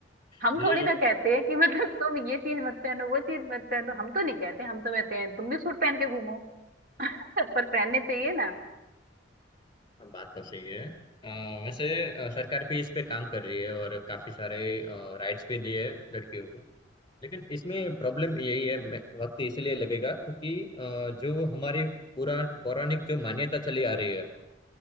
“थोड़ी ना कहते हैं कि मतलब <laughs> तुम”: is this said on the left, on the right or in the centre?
Right